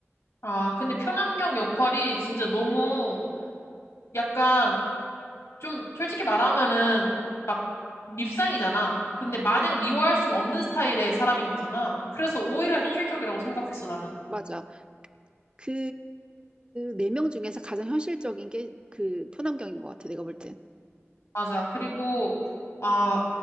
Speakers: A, on the left; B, on the right.
A: 아, 근데 표남경 역할이 진짜 너무 약간 좀 솔직히 말하면은 막 밉상이잖아. 근데 마냥 미워할 순 없는 스타일의 사람인 거잖아. 그래서 오히려 현실적이라고 생각했어, 나는.
B: 맞아. 그 네 명 중에서 가장 현실적인 게 그 표남경인 것 같아. 내가 볼 땐.
A: 맞아. 그리고, 아,